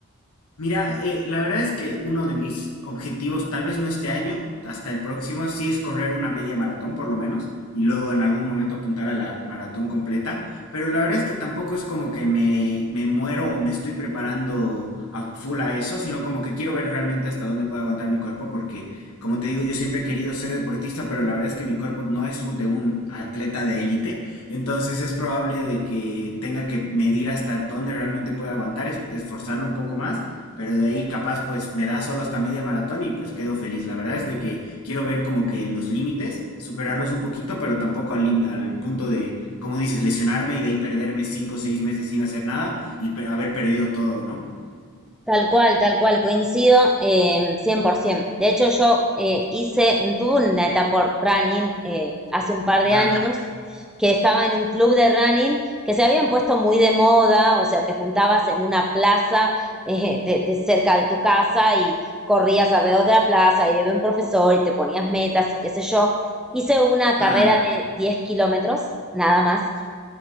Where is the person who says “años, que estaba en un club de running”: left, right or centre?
Centre